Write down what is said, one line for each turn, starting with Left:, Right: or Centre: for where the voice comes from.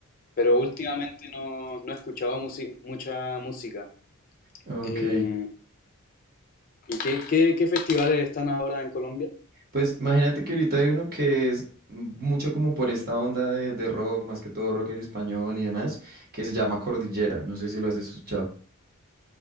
Left: pero últimamente no, no he escuchado musi- mucha música.
Right: ok.
Left: Eh, ¿y qué, qué- qué festivales están ahora en Colombia?
Right: Pues imagínate que ahorita hay uno que es mucho como por esta onda de, de rock, más que todo rock en español y demás, que se llama Cordillera. No sé si lo has escuchado.